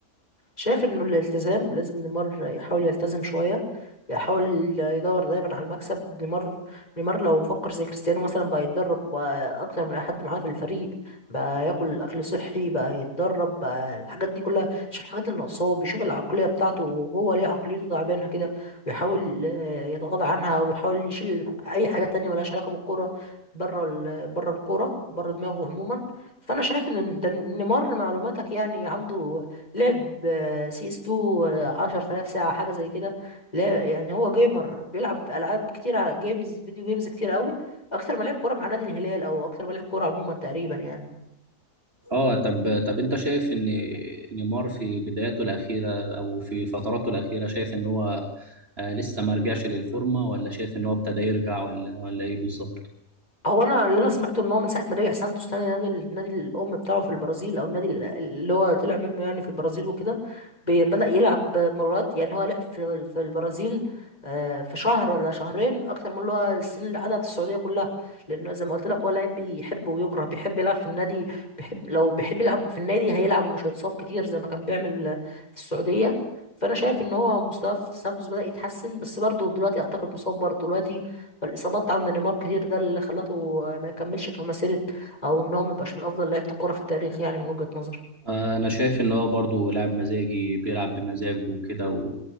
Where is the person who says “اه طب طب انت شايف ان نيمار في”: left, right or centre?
Right